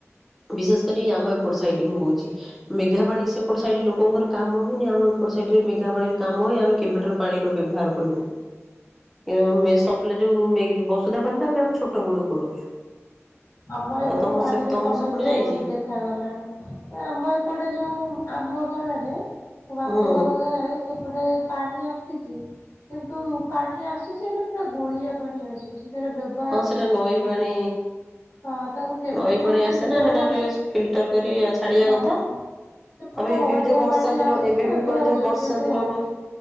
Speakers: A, in the centre; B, on the left.
A: ବିଶେଷ କରି ଆମ ଏପଟ ସାଇଟ୍ ମୁଁ କୋହୁଚି। ମେଘା ପାଣି ସେପଟ ସାଇଡ ଲୋକଙ୍କ କାମ ହେନି ଆମ ଏପଟ ସାଇଡରେ ମେଘା ପାଣିରେ କାମ ହେଇ ଆମେ କେବେ ଠାରୁ ପାଣିର ବ୍ୟବହାର କଲୁଣି। ୟୋ ମେ ସପ୍ଲେ ଯୋଉ ମେ ବସୁଧା ପାଣି ତ ଆମେ ଆମ ଛୋଟ ବେଳୁକୁ କରୁଛୁ।
B: ଆମ ଏପଟେ
A: ଆଉ ତମ
B: ପାଣିର
A: ସେ ତମ
B: ସମସ୍ୟା
A: ସେପଟେ ଯାଇଛି
B: ବୋହୁତ ବେ ଦେଖ ଗଲାଣି ଆମ ଏପଟେ ଯୋଉ ଆମ ଗାଁ ରେ ମୋ ବାପ
A: ହୁଁ
B: ଘର ଗାଁରେ ସେପଟେ ପାଣି ଆସିଚି। କିନ୍ତୁ ପାଣି ଆସୁଚି ହେଲେ ପୁରା ଗୋଳିଆ ପାଣି ଆସୁଚି ସେଟା ବ୍ୟବ
A: ହଁ ସେଟା ନଈ ପାଣି
B: ହଁ ତାକୁ କେମିତି
A: ନଈ ପାଣି
B: କଣ ଫିଲ୍ଟର
A: ଆସେ ନା ହେଟା
B: ଭଲସେ
A: ଟିକେ ଫିଲ୍ଟର କରି ଛାଡିବା
B: ହଁ
A: କଥା। ତାପରେ
B: ସେ ପୁରା ହଳଦିଆ
A: ଏବେ ବି ଯୋଉ ବର୍ଷା
B: ପାଣି
A: ଦିନ
B: ଆସୁଚି
A: ଏବେ
B: ବ୍ୟବହାର
A: ବି ଫୁଣି ଯୋଉ
B: ଯୋଗ୍ୟ
A: ବର୍ଷା
B: ବି
A: ଦିନନୁ
B: ହଉନି।